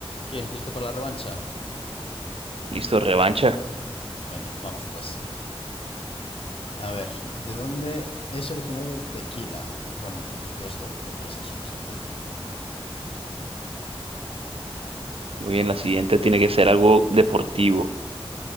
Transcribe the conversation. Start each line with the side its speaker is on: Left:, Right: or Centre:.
Left: ¿Qué? ¿Listo para la revancha?
Right: Listo, revancha.
Left: Venga, vamos pues. A ver, ¿de dónde es originario el tequila? Bueno, en principio esto debería ser súper sencillo.
Right: Muy bien,
Left: México.
Right: la siguiente tiene que ser algo deportivo.